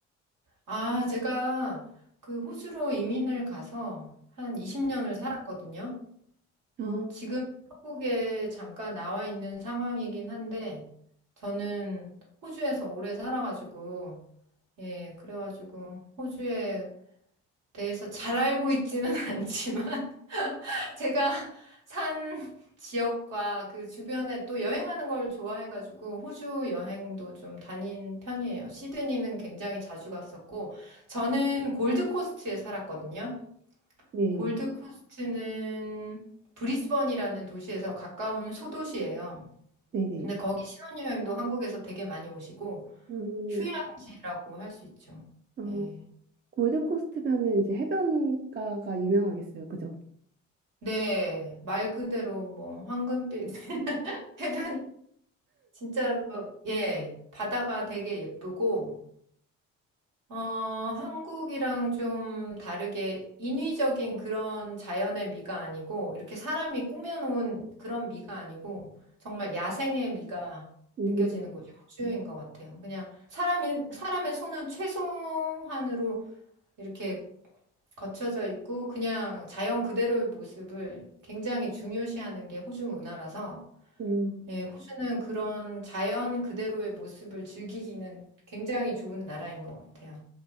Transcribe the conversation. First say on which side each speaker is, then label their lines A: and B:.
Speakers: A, on the right (about 60°); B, on the right (about 30°).
A: 아, 제가 그 호주로 이민을 가서 한 20년을 살았거든요.
B: 아,
A: 지금 한국에 잠깐 나와 있는 상황이긴 한데 저는 호주에서 오래 살아가지고 예, 그래가지고 호주에 대해서 잘 알고 있지는 <laughs> 않지만 <laughs> 제가 산 지역과 그 주변에 또 여행하는 걸 좋아해가지고 호주 여행도 좀 다닌 편이에요. 시드니는 굉장히 자주 갔었고 저는 골드코스트에 살았거든요.
B: 네,
A: 골드코스트는 브리스번이라는 도시에서 가까운 소도시예요.
B: 네네.
A: 근데 거기 신혼여행도 한국에서 되게 많이 오시고
B: 음,
A: 휴양지라고 할 수 있죠.
B: 어,
A: 예.
B: 골드코스트면은 이제 해변가가 유명하겠어요, 그죠?
A: 네, 말 그대로 뭐 황금빛 <laughs> 해변이 진짜로 예, 바다가 되게 예쁘고 어, 한국이랑 좀 다르게 인위적인 그런 자연의 미가 아니고 이렇게 사람이 꾸며놓은 그런 미가 아니고 정말 야생의 미가
B: 음,
A: 느껴지는 곳이 호주인 것 같아요. 그냥 사람이 사람의 손은 최소한으로 이렇게 거쳐져 있고 그냥 자연 그대로의 모습을 굉장히 중요시하는 게 호주 문화라서
B: 네.
A: 예, 호주는 그런 자연 그대로의 모습을 즐기기는 굉장히 좋은 나라인 것 같아요.